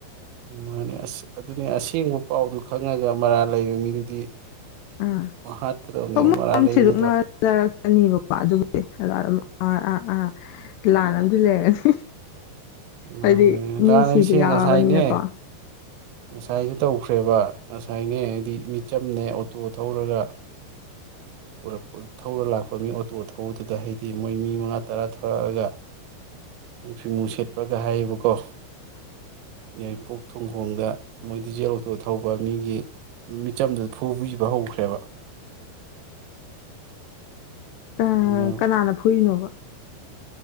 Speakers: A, on the right; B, on the left.
A: ꯃꯥꯅꯦ ꯑꯁ ꯑꯗꯨꯅꯦ ꯑꯁꯦꯡꯕ ꯄꯥꯎꯗꯨ ꯈꯪꯉꯒ ꯃꯔꯥꯜ ꯂꯩꯕ ꯃꯤꯗꯨꯗꯤ
B: <unintelligible>
A: ꯍꯥꯠꯀꯗꯕꯅꯦꯕ ꯃꯔꯥꯜ ꯂꯩ ꯃꯤꯗꯣ
B: ꯑꯅꯦꯕꯀꯣ ꯑꯗꯨꯕꯨꯗꯤ ꯑꯥ ꯑꯥ ꯑꯥ ꯂꯥꯟ ꯑꯃꯗꯤ ꯂꯩꯔꯅꯤ
A: ꯅꯍꯥꯟ
B: ꯍꯥꯏꯗꯤ
A: ꯂꯩ
B: ꯃꯤ
A: ꯅꯍꯥꯟ
B: ꯁꯤꯕ
A: ꯑꯩꯁꯦ
B: ꯌꯥꯎꯔꯕꯅꯤꯅꯀꯣ
A: ꯉꯁꯥꯏꯅꯦ ꯉꯁꯥꯏꯁꯨ ꯇꯧꯈ꯭ꯔꯦꯕ ꯉꯁꯥꯏꯅꯦ ꯍꯥꯏꯗꯤ ꯃꯤꯆꯝꯅꯦ ꯑꯣꯇꯣ ꯊꯧꯔꯒ ꯄꯨꯔꯛꯄ ꯊꯧꯔ ꯂꯥꯛꯄ ꯃꯤ ꯑꯣꯇꯣ ꯊꯧꯕꯗꯨꯗ ꯍꯥꯏꯗꯤ ꯃꯣꯏ ꯃꯤ ꯃꯉꯥ ꯇꯔꯥ ꯊꯣꯔꯛꯑꯒ ꯃꯣꯏ ꯐꯤꯃꯨ ꯁꯦꯠꯄꯒ ꯍꯥꯏꯌꯦꯕꯀꯣ ꯌꯥꯔꯤꯄꯣꯛ ꯊꯣꯡꯈꯣꯡꯗ ꯃꯣꯏ ꯗꯤꯖꯦꯜ ꯑꯣꯇꯣ ꯊꯧꯕ ꯃꯤꯒꯤ ꯃꯤꯆꯝꯗꯨ ꯐꯨꯕꯤꯕ ꯍꯧꯈ꯭ꯔꯦꯕ
B: ꯑ
A: ꯑꯗꯣ
B: ꯀꯅꯥꯅ ꯐꯨꯏꯅꯣꯕ